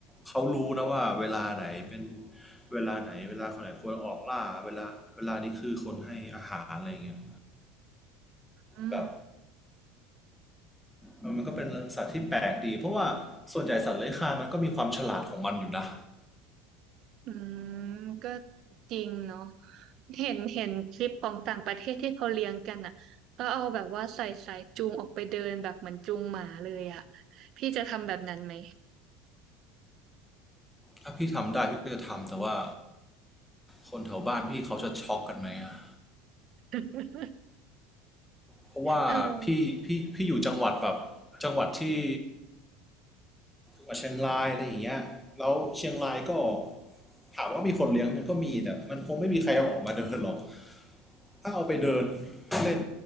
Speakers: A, in the centre; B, on the right.
A: เขารู้นะว่าเวลาไหนเป็นเวลาไหนเวลาคนไหนควรออกล่าเวลาเวลานี้คือคนให้อาหารอะไรเงี้ย
B: อืม
A: แบบมันมันก็เป็นสัตว์ที่แปลกดีเพราะว่าส่วนใหญ่สัตว์เลื้อยคลานมันก็มีความฉลาดของมันอยู่นะ
B: อืม ก็จริงเนาะเห็นเห็นคลิปของต่างประเทศที่เขาเลี้ยงกันอ่ะก็เอาแบบว่าใส่สายจูงออกไปเดินแบบเหมือนจูงหมาเลยอ่ะพี่จะทำแบบนั้นไหม
A: ถ้าพี่ทำได้พี่ก็จะทำแต่ว่าคนแถวบ้านพี่เขาจะช็อกกันไหมอะ
B: <laughs>
A: เพราะว่าพี่พี่พี่อยู่จังหวัดแบบจังหวัดที่
B: เออ
A: กับเชียงรายอะไรอย่างเงี้ยแล้วเชียงรายก็ถามว่ามีคนเลี้ยงมันก็มีแต่มันคงไม่มีใครเอาออกมาเดินหรอกถ้าเอาไปเดินเล่น